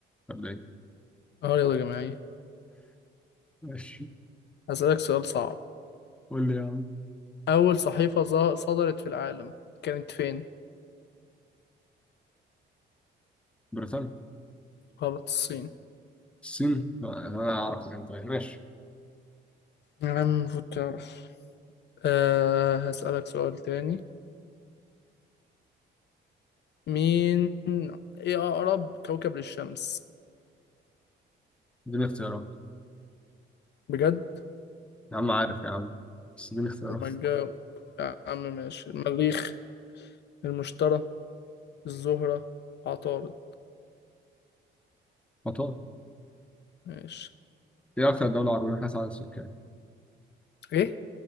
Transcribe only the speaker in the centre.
ولا ايه
ماشي
قول لي يا عم
بريطانيا
الصين لا انا اعرف انت طيب ماشي
اديني اختيارات
يا عم عارف يا عم بس اديني اختيارات
مطار
ايه اكتر دولة عربية من حيث عدد السكان